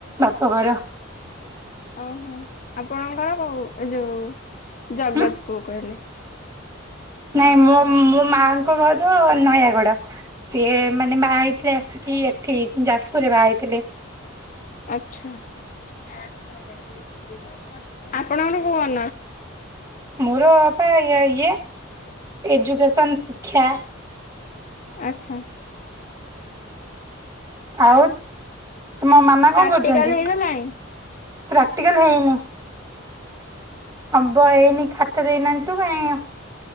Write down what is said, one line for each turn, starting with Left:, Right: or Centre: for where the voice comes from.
Right: ବାପ ଘର।
Left: ଓହୋ ଆପଣଙ୍କର କ ଏ ଯୋଉ ଜଗତପୁର
Right: ହୁଁ
Left: କହିଲେ।
Right: ନାଇଁ ମୁଁ ମୋ ମାଆଙ୍କ ଘର ନୟାଗଡ। ସିଏ ମାନେ ବାହା ହେଇଥିଲେ ଆସିକି ଏଠି ଯାଜପୁରରେ ବାହା ହେଇଥିଲେ।
Left: ଆଚ୍ଛା। ଆପଣକ କୋଉ? <unintelligible>
Right: ମୋରପା ଇଏ ଇଏ ଏଜୁକେସନ ଶିକ୍ଷା।
Left: ଆଚ୍ଛା।
Right: ଆଉ ତୁମ ମାମା
Left: ପ୍ରାକ୍ଟିକାଲ
Right: କଣ କରୁଛନ୍ତି?
Left: ହେଇଗଲାଣି?
Right: ପ୍ରାକ୍ଟିକାଲ ହେଇନି। ହବ ଏଇନି ଖାତା ଦେଇନାହାନ୍ତି ତ କାଇଁ